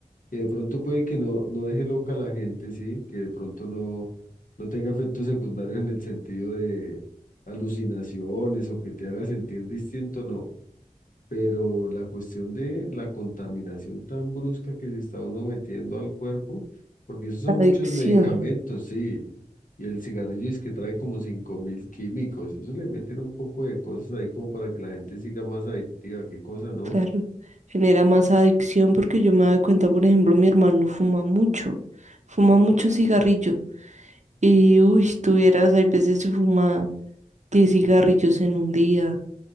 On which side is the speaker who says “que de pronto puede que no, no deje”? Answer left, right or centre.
Left